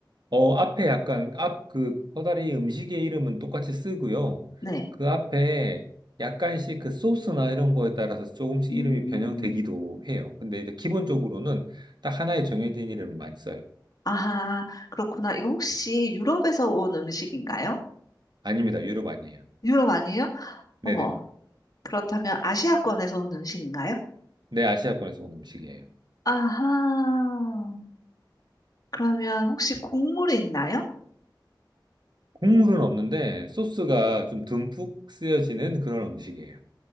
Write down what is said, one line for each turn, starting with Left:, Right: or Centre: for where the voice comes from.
Right: 어, 앞에 약간, 앞 그 커다리 음식의 이름은 똑같이 쓰고요.
Left: 네.
Right: 그 앞에 약간씩 그 소스나 이런 거에 따라서 조금씩
Left: 음.
Right: 이름이 변형되기도 해요. 근데 이제 기본적으로는 딱 하나의 정해진 이름을 많이 써요.
Left: 아하, 그렇구나. 이거 혹시 유럽에서 온 음식인가요?
Right: 아닙니다. 유럽 아니에요.
Left: 유럽 아니에요? 어머,
Right: 네네.
Left: 그렇다면 아시아권에서 온 음식인가요?
Right: 네, 아시아권에서 온 음식이에요.
Left: 아하, 그러면 혹시 국물이 있나요?
Right: 국물은 없는데 소스가 좀 듬뿍 쓰여지는 그런 음식이에요.